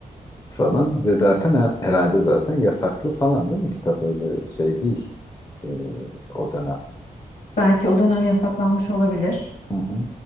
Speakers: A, on the left; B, on the left.
A: falan ve zaten he- herhalde zaten yasaklı falan değil mi kitap öyle şey değil e, o dönem.
B: Belki o dönem yasaklanmış olabilir.
A: Hı hı.